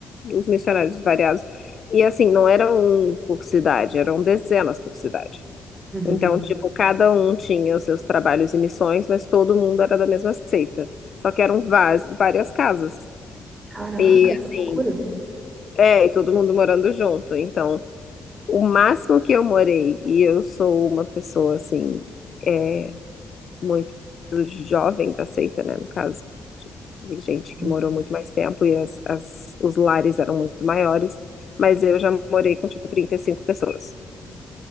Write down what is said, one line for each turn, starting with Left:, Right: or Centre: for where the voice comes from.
Left: os missionários variados. E assim, não era um por cidade, eram dezenas por cidade.
Right: uhum.
Left: Então, tipo, cada um tinha os seus trabalhos e missões, mas todo mundo era da mesma seita. Só que eram vaz- várias casas.
Right: Caraca,
Left: E
Right: que
Left: assim,
Right: loucura.
Left: é, e todo mundo morando junto. Então, o máximo que eu morei, e eu sou uma pessoa assim, é, muito jovem da seita, né? No caso, de gente
Right: Uhum.
Left: que morou muito mais tempo e as, as, os lares eram muito maiores, mas eu já morei com tipo 35 pessoas.